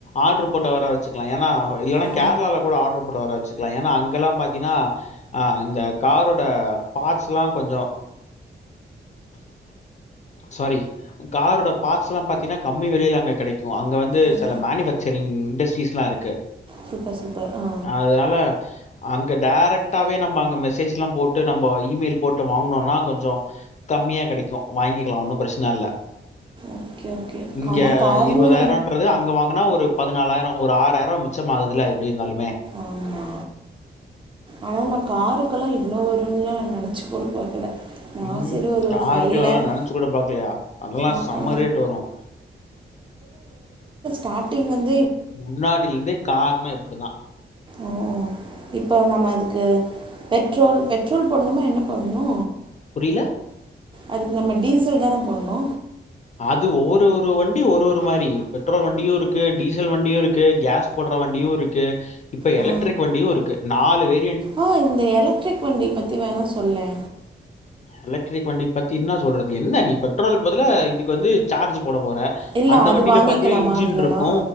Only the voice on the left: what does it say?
ஆர்டர் போட்ட வர வச்சுக்கலா ஏனா இல்லன்னா
கேரளால கூட ஆர்டர் போட்ட வர வச்சுக்கலா ஏனா அங்கல்லா பாத்தீன்னா ஆ இந்த காரோட பார்ட்ஸ்ல்லா கொஞ்சோ சாரி காரோட பார்ட்ஸ்லா பாத்தீன்னா கம்மி வெலயில அங்க கெடைக்கூ அங்க வந்து
சில மேனுஃபேக்சரிங் இண்டஸ்ட்ரீஸ்லா இருக்கு
அதனால அங்க டேரக்ட்டாவே நம்ம அங்க மெசேஜ் எல்லா போட்டு நம்ம இமெயில் போட்டு வாங்கனோம்னா கொஞ்சோ கம்மியா கெடைக்கு வாங்கிக்கலா ஒன்னு பிரச்சன இல்ல
இங்க
இருபதாயிரம்ன்றது அங்க வாங்குனா ஒரு பதினாலாயிரம் ஒரு ஆறாயிரம் மிச்சம் ஆதுல எப்டி இருந்தாலுமே
ம்
காருக்குலா
அலா
நெனச்சு கூட பாக்கலையா அதுல்லா
செம்ம
ரேட் வரு
முன்னாடிலேர்ந்தே கார்னா இப்டிதா
புரிய்ல
அது ஒரு ஒரு வண்டி ஒரு ஒரு மாரி பெட்ரோல் வண்டியு இருக்கு டீசல் வண்டியு இருக்கு கேஸ் போட்ற வண்டியு இருக்கு இப்ப
எலக்ட்ரிக் வண்டியு இருக்கு நாலு வெ
எலக்ட்ரிக் வண்டி பத்தி என்னா சொல்றது என்ன நீ பெட்ரோலுக்கு பதிலா இதுக்கு வந்து சார்ஜு போட போற
அந்த
வண்டியில
பாத்தீங்னா இன்ஜின்
இருக்கு